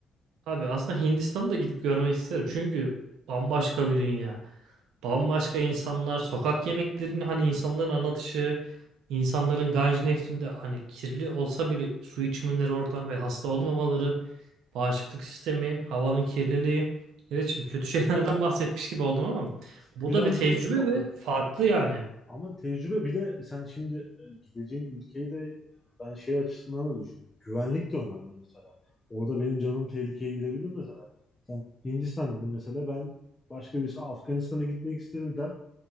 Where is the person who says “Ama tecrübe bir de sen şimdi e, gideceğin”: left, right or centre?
Left